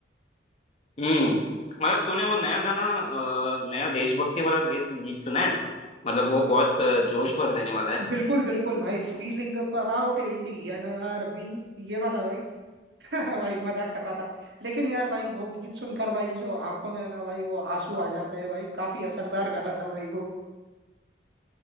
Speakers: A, on the left; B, on the right.
A: हम्म मतलब तूने वो नया गाना अ, नया देशभक्ति वाला गीत गीत सुना है मतलब वो बहुत अ, जोश भर देने वाला है
B: बिल्कुल बिल्कुल भाई feeling a proud Indian Army ये वाला <laughs> भाई मजाक कर रहा था लेकिन यार भाई वो गीत सुनकर भाई जो आंखों में ना भाई वो आंसू आ जाते हैं भाई काफी असरदार गाना था भाई वो